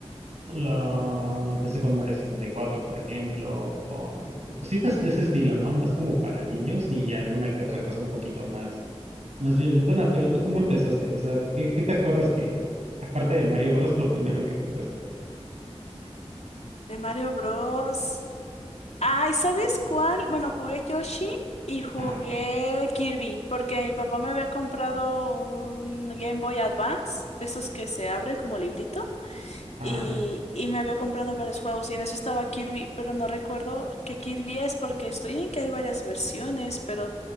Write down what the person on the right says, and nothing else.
lo empecé con Mario 64, por ejemplo, con cositas de ese estilo, ¿no? Más como para niños y alguna que otra cosa un poquito más, más violentona. Pero tú, ¿cómo empezaste? O sea, ¿qué, qué te acuerdas que, aparte de Mario Bros, lo primero que jugaste?
Ajá,
ajá,
ajá.